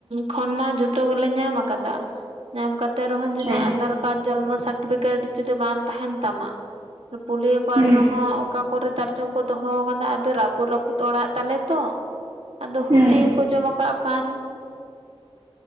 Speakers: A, on the right; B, on the right.
A: ᱠᱷᱚᱱ ᱢᱟ ᱡᱚᱛᱚ ᱜᱮᱞᱮ ᱧᱟᱢ ᱟᱠᱟᱫᱟ ᱠᱟᱫᱟ᱾ ᱧᱟᱢ ᱠᱟᱛᱮ ᱨᱮᱦᱚᱸ ᱡᱩᱫᱤ
B: ᱦᱮᱸ
A: ᱟᱫᱷᱟᱨ ᱠᱟᱨᱰ, ᱡᱚᱱᱢᱚ ᱥᱟᱨᱴᱤᱯᱷᱤᱠᱮᱴ ᱡᱩᱫᱤ ᱵᱟᱝ ᱛᱟᱦᱮᱱ ᱛᱟᱢᱟᱼᱼ ᱯᱩᱞᱤᱭᱳ ᱠᱟᱨᱰ
B: ᱦᱩᱸ
A: ᱨᱮᱦᱚᱸ ᱚᱠᱟ ᱠᱚᱨᱮ ᱛᱟᱨᱪᱚᱝ ᱠᱚ ᱫᱚᱦᱚ ᱠᱟᱱᱟ ᱟᱫᱚ ᱨᱟᱹᱯᱩᱫ ᱨᱟᱹᱯᱩᱫ ᱚᱲᱟᱜ ᱛᱟᱞᱮ ᱛᱚ᱾ ᱟᱫᱚ ᱦᱩᱛᱤ
B: ᱦᱩᱸ
A: ᱠᱚᱠᱚ ᱡᱚᱢ ᱟᱠᱟᱜ ᱠᱷᱟᱱᱼᱼ